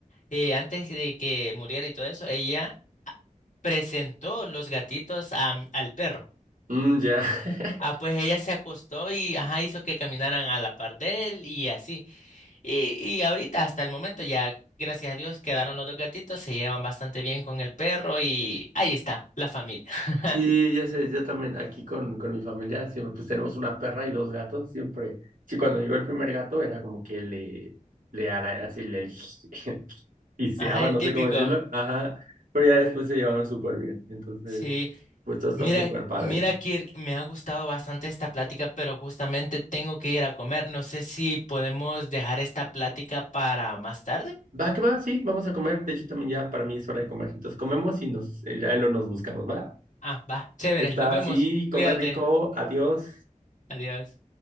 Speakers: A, on the left; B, on the right.
A: eh, antes de que muriera y todo eso, ella presentó los gatitos a al perro.
B: Mm, ya. <laughs>
A: Ah, pues ella se acostó y ajá, hizo que caminaran a la par de él y así. Y, y ahorita, hasta el momento, ya, gracias a Dios, quedaron los dos gatitos, se llevan bastante bien con el perro y ahí está, la familia. <laughs>
B: Sí, ya sé, yo también aquí con, con mi familia siempre, pues tenemos una perra y dos gatos, siempre. Sí, cuando llegó el primer gato era como que le, le ara- así le <laughs> giseaba,
A: Ajá, el
B: no
A: típico.
B: sé cómo decirlo, ajá, pero ya después se llevaron súper bien, entonces,
A: Sí,
B: pues todo está
A: Mira,
B: súper padre.
A: mira, Kirk, me ha gustado bastante esta plática, pero justamente tengo que ir a comer. No sé si podemos dejar esta plática para más tarde.
B: Va, que va, sí, vamos a comer, de hecho también ya para mí es hora de comer, entonces comemos y nos, eh, ya lo nos buscamos, ¿va?
A: Ah, va, chévere,
B: Está
A: nos vemos.
B: así, come
A: Cuídate.
B: rico, adiós.
A: Adiós.